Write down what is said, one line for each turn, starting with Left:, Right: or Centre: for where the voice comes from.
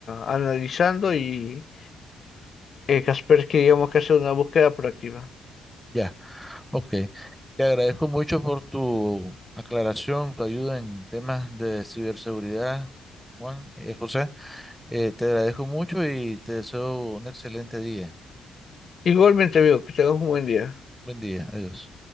Left: a- analizando y eh, Kaspersky digamos que hace una búsqueda proactiva.
Centre: Ya, ok. Te agradezco mucho por tu aclaración, tu ayuda en temas de ciberseguridad, Juan, eh, José. Eh, te agradezco mucho y te deseo un excelente día.
Left: Igualmente, veo que tengas un buen día.
Centre: Buen día, adiós.